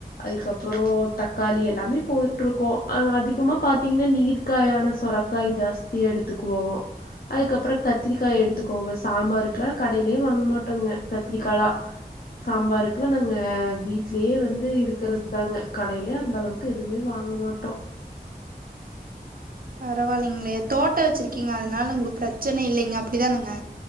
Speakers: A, on the left; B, on the right.
A: அதுக்கப்புறம் தக்காளி எல்லாமே போய்ட்டுருக்கோம் அதிகமா பார்த்தீங்கன்னா நீர்க காயான சுரக்காய் ஜாஸ்தியாக எடுத்துக்குவோம் அதுக்கப்புறம் கத்திரிக்காய் எடுத்துக்கோங்க சாம்பாருக்குெல்லாம் கடையிலயே வாங்க மாட்டோங்க கத்திரிக்காய்லாம் சாம்பாருக்குல்லாம் நாங்க வீ வீட்லயே வந்து இருக்கிறது தாங்க கடையில அந்தளவுக்கு எதுமே வாங்க மாட்டோம்
B: பரவாயில்லைங்களையே தோட்ட வச்சிருக்கீங்க அதனால உங்களுக்கு பிரச்சனை இல்லைங்க அப்படி தானுங்க